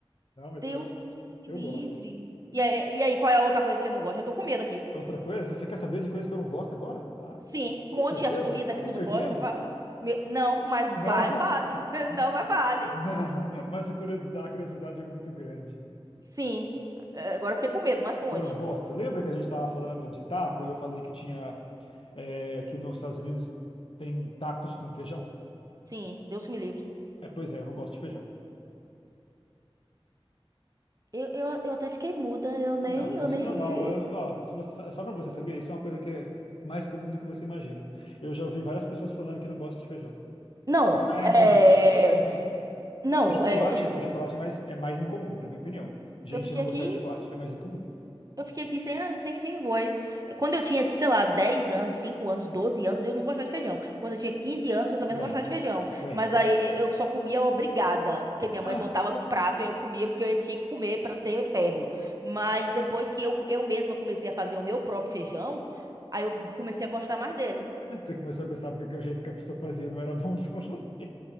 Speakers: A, on the left; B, on the right.
A: Não, mas
B: Deus
A: eu, go-
B: que me
A: eu
B: livre.
A: gosto.
B: E, aí- e aí, qual é a outra coisa que você não gosta? Eu tô com medo aqui.
A: Outra coisa, se você quer saber de coisa que eu não gosto agora? Ah,
B: Sim, conte
A: tem certeza?
B: as comidas que
A: Tem
B: tu
A: certeza?
B: não gosta. fa- Me- Não, mas
A: Não!
B: vai, fale.
A: <laughs>
B: <laughs> Não, mas
A: Não,
B: fale.
A: Não, mas a curio- a curiosidade é muito grande.
B: Sim. É, Agora eu fiquei com medo, mas conte.
A: Que eu não gosto. Lembra que a gente estava falando de taco e eu falei que tinha, é, que nos Estados Unidos tem tacos com feijão?
B: Sim, Deus que me livre.
A: É, pois é, eu não gosto de feijão.
B: Eu, eu, eu até fiquei muda, eu nem,
A: Não,
B: eu
A: isso
B: nem.
A: é normal. Eu- ó, se você- só para você saber, isso é uma coisa que é mais comum do que você imagina. Eu já ouvi várias pessoas falando que não gostam de feijão.
B: Não,
A: Não é
B: é.
A: incomum, não é incomum.
B: Não,
A: O chocolate,
B: é,
A: o chocolate é mais, é mais incomum, na minha opinião. Gente
B: Eu fiquei
A: não
B: aqui,
A: gostar de chocolate é mais incomum.
B: eu fiquei aqui sem, a- sem, sem voz. Quando eu tinha, sei lá, 10 anos, 5 anos, 12 anos, eu não gostava de feijão. Quando eu tinha 15 anos, eu também
A: Ué,
B: não gostava de feijão.
A: ué.
B: Mas aí e- eu só comia obrigada, porque minha
A: Ah,
B: mãe botava no prato e eu comia porque eu tinha que comer para ter ferro. Mas depois que eu, eu mesma comecei a fazer o meu próprio feijão, aí eu comecei a gostar mais dele.
A: você começou a gostar porque o jeito que a pessoa fazia não era bom <laughs> pra você.